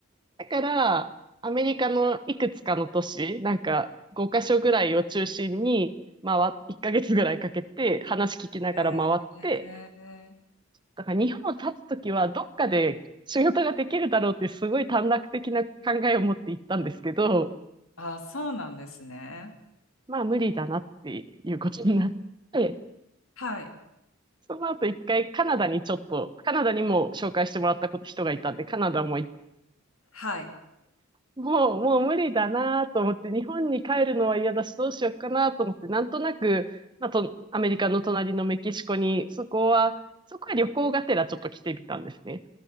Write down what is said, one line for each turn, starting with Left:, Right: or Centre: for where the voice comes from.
Right: だから、アメリカのいくつかの都市、なんか5カ所ぐらいを中心に回っ、1ヶ月ぐらいかけて話聞きながら回って、
Left: えー、
Right: だから日本を立つときはどっかで仕事ができるだろうってすごい短絡的な考えを持って行ったんですけど、
Left: あー、そうなんですね。
Right: まあ無理だなっていうことになって、
Left: はい。
Right: その後一回カナダにちょっと、カナダにも紹介してもらったこと人がいたんで、カナダも
Left: はい。
Right: もう、もう無理だなと思って、日本に帰るのは嫌だし、どうしようかなと思って、なんとなく、まあと、アメリカの隣のメキシコに、そこは、そこは旅行がてらちょっと来てみたんですね。